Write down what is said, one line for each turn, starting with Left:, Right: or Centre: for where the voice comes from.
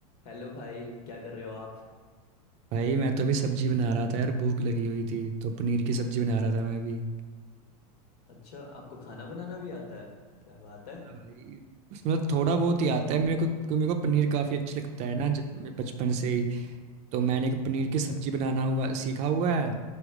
Left: Hello भाई क्या कर रहे हो आप
Right: भाई मैं तो अभी सब्जी बना रहा था यार भूख लगी हुई थी तो पनीर की सब्जी बना रहा था मैं भी
Left: अच्छा आपको खाना बनाना भी आता है क्या बात है
Right: हाँ भाई उसमें तो थोड़ा बहुत ही आता है मेरे को क्योंकि मेरे को पनीर काफ़ी अच्छा लगता
Left: हम्म
Right: है ना ज- बचपन से ही तो मैंने एक
Left: हम्म
Right: पनीर की सब्जी बनाना हुआ सीखा हुआ है